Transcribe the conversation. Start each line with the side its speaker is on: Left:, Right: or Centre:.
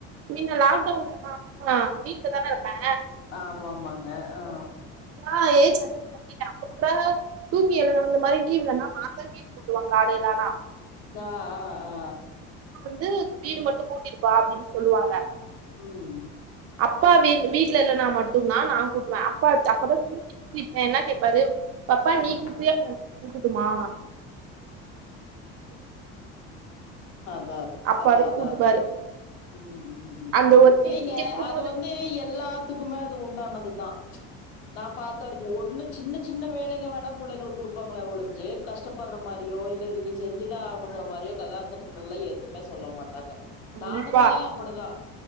Right: மின்ன லாக்டவுன்லா <inaudible> வீட்ல தான இருப்பே
Left: ஆமாமாங்க ஆ
Right: ஆ ஏஜ் அட்டன் <inaudible> தூங்கி எழுந்த வந்த இந்த மாரி லீவுலன்னா நான்தா வீடு கூட்டுவ காலைல ஆனா
Left: நா அ ஆ
Right: வந்து வீடு மட்டும் கூட்டிருப்பா அப்டின் சொல்லுவாங்க
Left: ம்
Right: அப்பா வீ வீட்டுல இல்லனா மட்டும் தா நா கூட்டுவ அப்பா அப்பதா தூங் <inaudible> என்ன கேப்பாரு பப்பா
Left: ம்
Right: நீ கூட்ரியா <inaudible> நா கூட்டடுமா
Left: அதா
Right: அப்பாவே
Left: அதா அதா
Right: கூட்டுப்பாரு
Left: அதா உம் உம் உம்
Right: அந்த ஒரு
Left: இல்லேங்க
Right: கேள்வி கேட்கும்
Left: அது
Right: போது
Left: வந்து எல்லா த்துக்குமே அது உண்டானதுதா நா பாத்த வரைக்கு ஒண்ணு சின்ன சின்ன வேலைங்க வேணா புள்ளைங்களுக்கு குடுப்பாங்களே ஒழிஞ்சு கஷ்டப்பட்ற மாரியோ இல்ல இனி செஞ்சுதா ஆகணுங்குற மாரியொ கல்யாணத்துக்கு முன்னல்லா எதுவுமே சொல்ல மாட்டாங்க
Right: கண்டிப்பா
Left: நானுமே அப்படிதா